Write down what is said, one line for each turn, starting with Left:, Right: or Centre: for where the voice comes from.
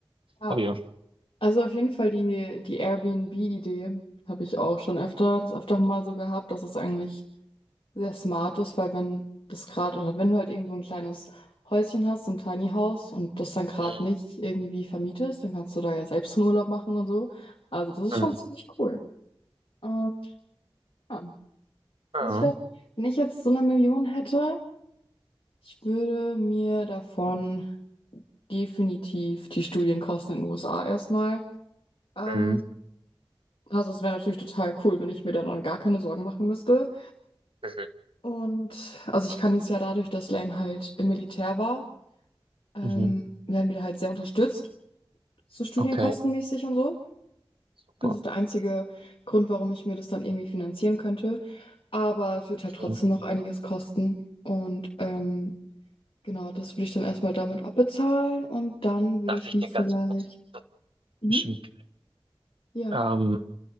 Left: ja.
Right: Aber ja.
Left: Also auf jeden Fall die, die Airbnb-Idee habe ich auch schon öfter, das öfter mal so gehabt, dass es eigentlich sehr smart ist, weil wenn das gerade, oder wenn du halt irgendwo ein kleines Häuschen hast, so ein Tiny House und das dann gerade
Right: Mhm.
Left: nicht irgendwie vermietest, dann kannst du da ja selbst einen Urlaub machen und so. Also das ist
Right: Mhm.
Left: schon ziemlich cool. Ähm, ja.
Right: Ja.
Left: Also ich glaube, wenn ich jetzt so eine Million hätte, ich würde mir davon definitiv die Studienkosten in den USA erstmal ähm,
Right: Mhm.
Left: Also, es wäre natürlich total cool, wenn ich mir da dann gar keine Sorgen machen müsste.
Right: Mhm.
Left: Und also ich kann jetzt ja dadurch, dass Lane halt im Militär war, ähm,
Right: Mhm.
Left: werden wir da halt sehr unterstützt, so studienkostenmäßig
Right: Okay,
Left: und so.
Right: super.
Left: Das ist der einzige Grund, warum ich mir das dann irgendwie finanzieren könnte. Aber es wird halt trotzdem
Right: Mhm.
Left: noch einiges kosten. Und ähm, genau, das würde ich dann erstmal damit abbezahlen und dann würde
Right: Darf
Left: ich
Right: ich
Left: mich
Right: dir ganz
Left: vielleicht.
Right: kurz
Left: Mhm.
Right: dazwischen?
Left: Ja.
Right: Ähm,